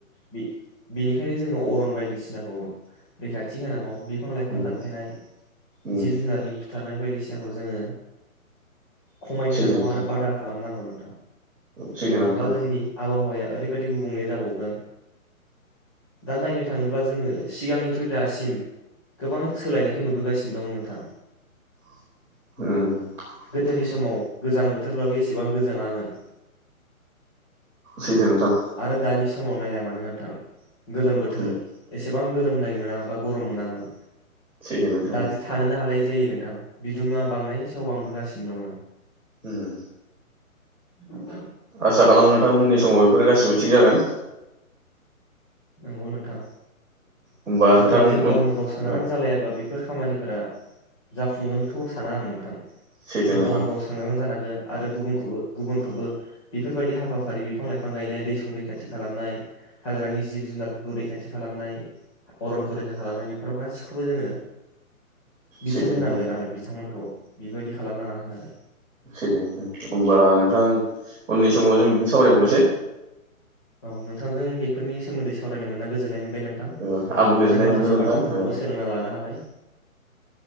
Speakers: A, on the left (about 20°); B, in the centre.
A: बि बिनिखायनो जोङो अरन बायदिसिनाखौ रैखाथि होनांगौ बिफां लाइफां
B: उम
A: दानफायनाय
B: उम
A: जिब जुनारनि बुथारनाय बायदिसिनाखौ जोङो खमाय
B: सैथो
A: होनांगौ
B: नोंथां
A: आरो बादा खालामनांगौनो
B: सैथो
A: <unintelligible> नङाब्ला
B: नोंथां
A: जोंनि आबहावाया ओरैबायदि गु बुंले जाबावगोन दा नायनो थाङोब्ला जोङो सिगांनिख्रुइ दासिम गोबां सोलायनायखौ नुबोगासिनो दं नोंथां
B: हम
A: गोदोनि समाव गोजां बोथोरब्लाबो एसेबां गोजाङामोन
B: सैथो नोंथां
A: आरो दानि समाव नायामोन उम नोंथां गोलोम बोथोर
B: उम
A: एस एसेबां गोलोमनाय मोना बा गरम मोनामोन
B: सैथो नोंथां
A: दादि थानोनो हालाय जायो नोंथां बिदुङा बांनायनि सायाव बांबोगासिनो दङो
B: ओम
A: <inaudible>
B: आसा खालामो नोंथां‌ उननि‌ समाव बे बेफोरो गासिबो थिग जागोन
A: नंगौ नोंथां
B: होमबा
A: नाथाय
B: नोंथां
A: जों
B: उन
A: गावनो गाव सांग्रां
B: औ
A: जालायाबा बेफोर खामानिफोरा जाफुंगोन खौ साना आं नोंथां
B: सैथो
A: जों
B: नोंथां
A: गावनो गाव सांग्रां जानांगोन आरो गुबुनखौबो गुबुनखौबो बेफोरबायदि हाबाफारि बिफां लाइफां गायनाय दै सं रैखाथि खालामनाय हाग्रानि जिब जुनारफोरखौ रैखाथि खालामनाय अरनखौ रैखा खालामनाय बेफोराव गासिखौबो जोङो बिथोन
B: सैथो
A: होनांगोन आरो बिथांमोनखौ बेबायदि खालामनाङा होननानै
B: <unintelligible> होमबा नोंथां उननि समाव जों बिदिनो सावरायबावनोसै
A: औ नोंथांजों बेफोरनि सोमोन्दै सावरायनो मोनना गोजोननाय मोन नोंथां
B: ओ आंबो गोजोननाय
A: आरो माखासे
B: मोनदों नोंथां
A: बाथ्राफोरखौबो
B: ओ
A: सोलोंना लानो हाबाय